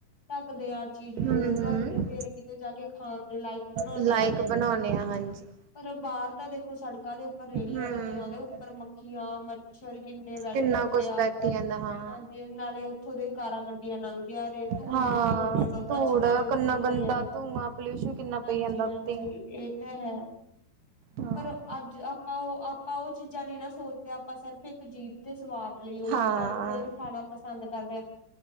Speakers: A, on the left; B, on the right.
A: ਢੱਕਦੇ ਆ ਚੀਜ ਨੂੰ,
B: ਹੂੰ ਹੂੰ
A: ਰਾਖਦੇ ਫੇਰ ਕਿਤੇ ਜਾ ਕੇ ਖਾਨ ਦੇ ਲਾਏਕ ਬਣੋਨੇ
B: ਲਾਇਕ
A: ਆਗੇੇ।
B: ਬਣਾਉਣੇ ਆ ਹਾਂਜੀ।
A: ਪਰ ਬਾਰ ਤਾਂ ਦੇਖੋ ਸੜਕਾਂ ਦੇ ਉਪ ਰੇੜੀਆਂ
B: ਹੂੰ
A: ਲਗੀਆਂ ਓਦੇ ਉਪਰ ਮੱਖੀਆਂ, ਮੱਛਰ ਕਿੰਨੇ ਬੈਠੇ
B: ਕਿੰਨਾ
A: ਹੁੰਦੇ
B: ਕੁਛ
A: ਆ,
B: ਬੈਠੀ ਜਾਂਦਾ ਹਾਂ।
A: ਹਾਂਜੀ। ਜੇ ਨਾਲੇ ਓਥੋਂ ਦੇ ਕਾਰਾਂ, ਗੱਡੀਆਂ ਲੰਘਦੀਆਂ ਰੇ ਧੂੜ
B: ਹਾਂ
A: ਮਿੱਟੀ ਓਡ- ਓਡ ਓਨਾਂ
B: ਧੂੜ
A: ਚੀਜਾਂ ਦੇ ਉਤੇ
B: ਕਿੰਨਾ ਗੰਦਾ
A: ਪਈਆ ਦੀ।
B: ਧੂੰਆਂ ਪੋਲਿਊਸ਼ਨ ਕਿੰਨਾ ਪਈ
A: ਹਾਂਜੀ-ਹਾਂਜੀ
B: ਜਾਂਦਾ ਉੱਤੇ
A: ਏ ਤਾਂ ਹੈ,
B: ਹਾਂ
A: ਪਰ ਆੱਜ ਆਪ ਆਪਾਂ ਉ- ਆਪਾਂ ਓ ਚੀਜਾਂ ਨੀ ਨਾ ਸੋਚਦੇ। ਆਪਾਂ ਸੇਰਫ ਇਕ ਜੀਬ ਦੇ ਸਵਾਦ ਲਈ ਓ
B: ਹਾਂ
A: ਚੀਜਾਂ ਨੂੰ ਫੇਰ ਖਾਣਾ ਪਸੰਦ ਕਾਰ ਦੇ ਆਂ।